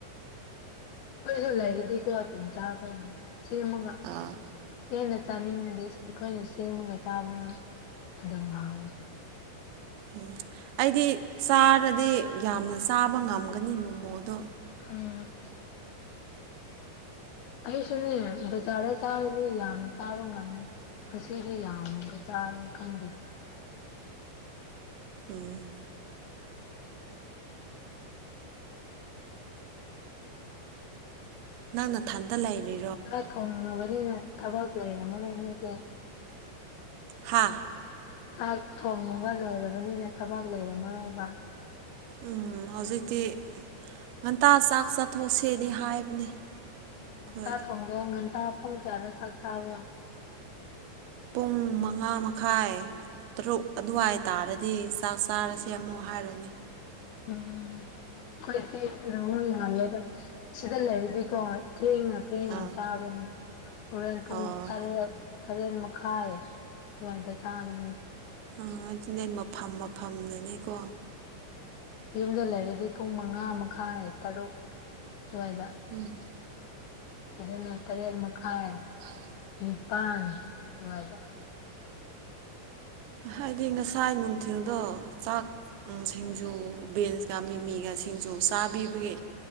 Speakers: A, on the left; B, on the right.
A: ꯑꯩꯁꯨ ꯂꯩꯔꯗꯤꯀꯣ ꯑꯗꯨꯝ ꯆꯥꯒꯅꯤ ꯁꯦꯝꯃꯒ
B: ꯑꯥ
A: ꯍꯦꯟꯅ ꯆꯥꯅꯤꯡꯉꯗꯤ ꯑꯩꯈꯣꯏꯅ ꯁꯦꯝꯃꯒ ꯆꯥꯕꯅ ꯑꯗꯨꯝ ꯍꯥꯎꯋꯦ꯫
B: ꯎꯝ ꯑꯩꯗꯤ ꯆꯥꯔꯗꯤ ꯌꯥꯝꯅ ꯆꯥꯕ ꯉꯝꯒꯅꯤ ꯃꯣꯃꯣꯗꯣ꯫
A: ꯎꯝ꯫ ꯑꯩꯁꯨꯅꯦ ꯕꯖꯥꯔꯗ <unintelligible> ꯑꯩ ꯌꯥꯝꯅ ꯆꯥꯕ ꯉꯝꯃꯦ ꯉꯁꯤꯗꯤ ꯌꯥꯝꯅꯒ ꯆꯥꯔꯦ ꯈꯪꯗꯦ꯫
B: ꯎꯝ꯫ ꯅꯪ ꯅꯊꯥꯟꯗ ꯂꯩꯔꯤ
A: ꯆꯥꯛ ꯊꯣꯡꯉꯕꯅꯤꯅ ꯊꯕꯛ ꯂꯩꯕꯅꯤꯅ ꯉꯁꯤꯁꯦ
B: ꯍꯥꯥ꯫
A: ꯆꯥꯛ ꯊꯣꯡꯕ ꯂꯣꯏꯔꯕꯅꯤꯅ ꯊꯕꯛ ꯂꯩꯔꯝꯃꯔꯣꯏꯕ꯫
B: ꯎꯝ ꯍꯧꯖꯤꯛꯇꯤ ꯉꯟꯇꯥ ꯆꯥꯛ ꯆꯠꯊꯣꯛꯁꯦꯗꯤ ꯍꯥꯏꯕꯅꯦ꯫
A: ꯎꯝ
B: ꯑꯩꯈꯣꯏ
A: ꯉꯟꯇꯥ ꯊꯣꯡꯗꯣꯛꯑꯣ ꯉꯟꯇꯥ ꯄꯨꯡ ꯀꯌꯥꯗ ꯆꯥꯛ ꯆꯥꯕ꯭ꯔꯣ
B: ꯄꯨꯡ ꯃꯉꯥ ꯃꯈꯥꯏ꯫ ꯇꯔꯨꯛ ꯑꯗꯨꯋꯥꯏ ꯇꯥꯥꯔꯗꯤ ꯆꯥꯛ ꯆꯥꯔꯁꯦ ꯑꯃꯨꯛ ꯍꯥꯏꯔꯅꯤ꯫
A: ꯎꯝ <unintelligible> ꯁꯤꯗ ꯂꯩꯔꯗꯤꯀꯣ ꯊꯦꯡꯅ ꯊꯦꯡꯅ
B: ꯑꯥ
A: ꯆꯥꯕꯅꯤ꯫ ꯍꯣꯔꯦꯟ ꯄꯨꯡ
B: ꯑꯣ
A: ꯇꯔꯦꯠ ꯇꯔꯦꯠ ꯃꯈꯥꯏ ꯑꯗꯨꯋꯥꯏꯗ ꯆꯥꯒꯅꯤ꯫
B: ꯑꯥ ꯑꯗꯨꯅꯦ ꯃꯐꯝ ꯃꯐꯝꯅꯅꯦꯀꯣ꯫
A: ꯌꯨꯝꯗ ꯂꯩꯔꯗꯤ ꯄꯨꯡ ꯃꯉꯥ ꯃꯈꯥꯏ ꯇꯔꯨꯛ ꯁꯨꯋꯥꯏꯗ꯫
B: ꯎꯝ꯫
A: ꯁꯤꯗꯅ ꯇꯔꯦꯠ ꯃꯈꯥꯏ꯫
B: ꯑꯥꯢ
A: ꯅꯤꯄꯥꯜ ꯑꯗꯨꯋꯥꯢꯗ꯫
B: ꯍꯥꯏꯗꯤ ꯉꯁꯥꯏ ꯅꯨꯡꯊꯤꯜꯗꯣ ꯆꯥꯛ ꯑꯥ ꯁꯤꯡꯖꯨ ꯕꯤꯟꯁꯀ ꯃꯤꯃꯤꯒ ꯁꯤꯡꯖꯨ ꯆꯥꯕꯤꯕꯒꯤ